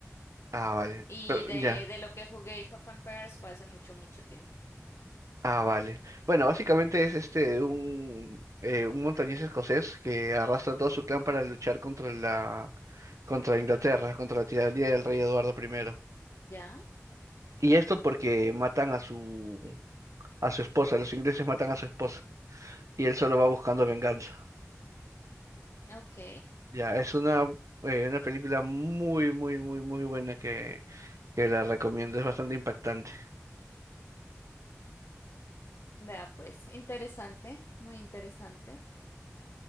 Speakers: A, on the right (about 85°); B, on the left (about 65°).
A: Ah, vale,
B: Y
A: pero-
B: de,
A: ya,
B: de lo que jugué Half and Pairs fue hace mucho, mucho tiempo.
A: Ah, vale. Bueno, básicamente es este un, eh, un montañés escocés que arrastra todo su clan para luchar contra la contra Inglaterra, contra la tiranía del rey Eduardo primero.
B: ¿Ya?
A: Y esto porque matan a su a su esposa, los ingleses matan a su esposa y él solo va buscando venganza.
B: Ok.
A: Ya, es una eh, una película muy muy muy muy buena que que la recomiendo, es bastante impactante.
B: Vea, pues, interesante, muy interesante.